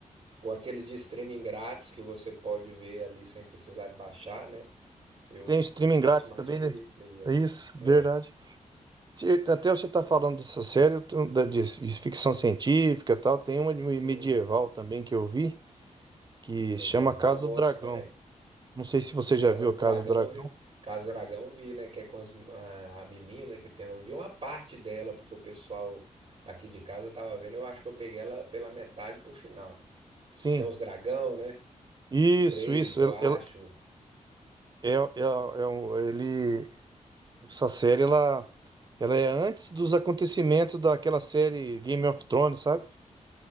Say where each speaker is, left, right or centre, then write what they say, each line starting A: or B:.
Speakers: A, on the right (about 55°); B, on the right (about 35°).
A: ou aqueles de streaming grátis que você pode ver ali sem precisar baixar, né? Eu,
B: Tem o streaming
A: eu faço
B: grátis
A: mais
B: também,
A: por
B: né?
A: isso aí, é.
B: É isso, verdade.
A: É.
B: Te- Até você está falando dessa série eu tô- da- de, de ficção científica e tal, tem uma de medieval
A: Hum,
B: também que eu vi, que
A: medieval
B: chama Casa
A: gosto
B: do Dragão.
A: também.
B: Não sei se você já
A: Casa
B: viu
A: do
B: Casa
A: Dragão,
B: do Dragão.
A: eu vi, Casa do Dragão eu vi, né? Que é com as- a, a menina que tem. Eu vi uma parte dela, porque o pessoal aqui de casa tava vendo. Eu acho que eu peguei ela pela metade pro final.
B: Sim,
A: Tem uns dragão, né?
B: isso,
A: Três,
B: isso.
A: eu
B: Ela,
A: acho.
B: ela- é, é, é um- ele, essa série ela, ela é antes dos acontecimentos daquela série Game of Thrones, sabe?